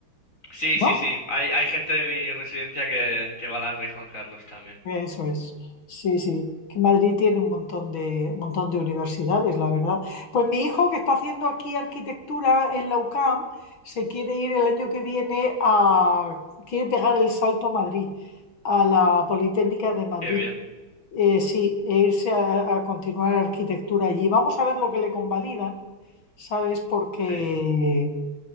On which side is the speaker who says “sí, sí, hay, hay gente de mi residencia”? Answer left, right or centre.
Left